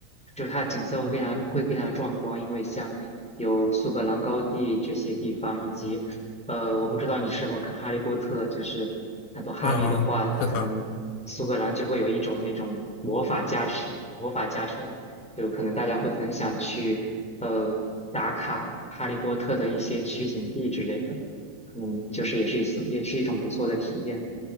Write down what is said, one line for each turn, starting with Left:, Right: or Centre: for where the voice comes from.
Centre: 就是它的景色会更加会更加的壮观，因为像有苏格兰高地这些地方，以及，呃，我不知道你是否看《哈利波特》，就是很多哈迷的话，
Left: 嗯，
Centre: 可能苏格兰就会有一种那种魔法加持，
Left: 是的，
Centre: 魔法加成，就可能大家会很想去，呃，打卡《哈利波特》的一些取景地之类的。可能就是也是一次也是一种不错的体验。